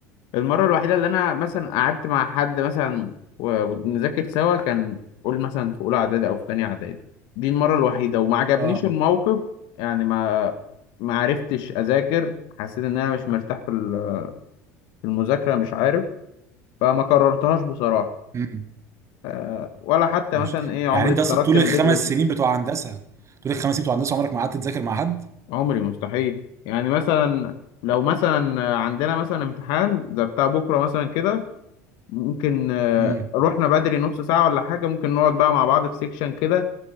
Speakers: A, on the left; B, on the right.
A: المرة الوحيدة اللي أنا مثلا قعدت مع حد مثلا و- ونذاكر سوا كان قول مثلا في أولى إعدادي أو في تانية إعدادي دي المرة الوحيدة وما عجبنيش
B: اه
A: الموقف يعني ما ما عرفتش أذاكر حسيت إن أنا مش مرتاح في ال- في المذاكرة مش عارف فما كررتهاش بصراحة
B: مم.
A: آه، ولا حتى
B: ماشي
A: مثلا إيه
B: يعني
A: عمري
B: انت
A: اتخرجت
B: اصلا طول
A: من
B: الخمس
A: البيت قلت
B: سنين بتوع هندسه طول الخمس سنين بتوع هندسه عمرك ما قعدت تذاكر مع حد
A: عمري مستحيل يعني مثلا لو مثلا عندنا مثلا امتحان زي بتاع بكرة مثلا كده ممكن آه،
B: امم
A: رحنا بدري نص ساعة ولا حاجة ممكن نقعد بقى مع بعض في سيكشن كده